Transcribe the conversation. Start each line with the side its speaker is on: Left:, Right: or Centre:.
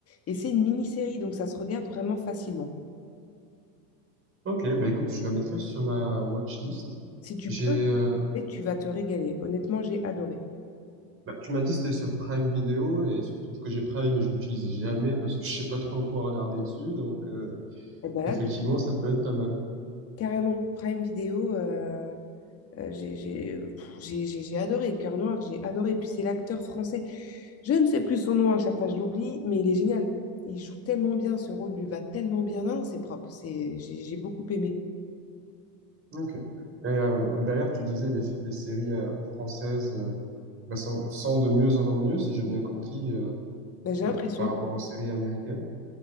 Left: Et c'est une mini-série, donc ça se regarde vraiment facilement.
Right: Ok, bah écoute, je la mettrai sur ma watchlist.
Left: Si tu
Right: J'ai,
Left: peux,
Right: euh,
Left: et tu vas te régaler. Honnêtement, j'ai adoré.
Right: bah, tu m'as dit que c'était sur Prime Video et il se trouve que j'ai Prime mais je l'utilise jamais parce que je sais pas trop quoi regarder dessus, donc euh,
Left: Et ben
Right: effectivement
Left: là, tu-
Right: ça peut être pas mal.
Left: carrément, Prime Video, euh, euh, j'ai j'ai- pff, j'ai- j'ai- j'ai adoré. Cœur Noir, j'ai adoré. Puis c'est l'acteur français. Je ne sais plus son nom à chaque fois, je l'oublie, mais il est génial. Il joue tellement bien, ce rôle lui va tellement bien. Non, non, c'est propre. C'est, j'ai j'ai beaucoup aimé.
Right: Ok. Et euh, d'ailleurs tu disais les, les séries euh, françaises euh, bah, sont, sont de mieux en mieux si j'ai bien compris euh,
Left: Ben, j'ai
Right: euh,
Left: l'impression,
Right: par rapport aux séries américaines.